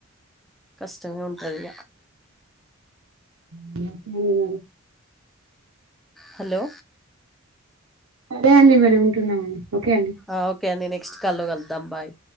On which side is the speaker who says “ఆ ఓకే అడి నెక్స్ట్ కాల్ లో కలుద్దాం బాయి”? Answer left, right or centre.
Centre